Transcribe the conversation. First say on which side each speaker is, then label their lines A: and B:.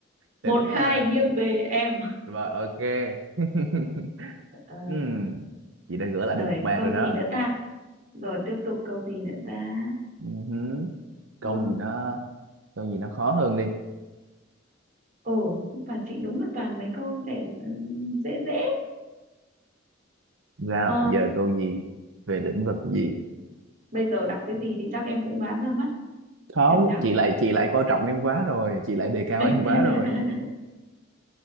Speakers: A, on the right (about 75°); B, on the right (about 40°).
A: đỉnh
B: một hai
A: nha
B: nghiêng về em
A: rồi ok <laughs>
B: ờ,
A: Ừm, chị đã gỡ lại
B: rồi
A: được một bàn
B: câu
A: rồi đó
B: gì nữa ta rồi tiếp tục câu gì nữa ta
A: Ừm,
B: ờ,
A: câu gì nó câu gì nó khó hơn đi
B: ồ và chị đúng là toàn mấy câu để dễ dễ
A: sao
B: Ờ,
A: giờ câu gì về lĩnh vực gì
B: bây giờ đọc cái gì thì chắc em cũng đoán ra mất
A: không
B: xem nào
A: chị lại chị lại coi trọng em quá rồi chị lại đề cao
B: <laughs>
A: em quá rồi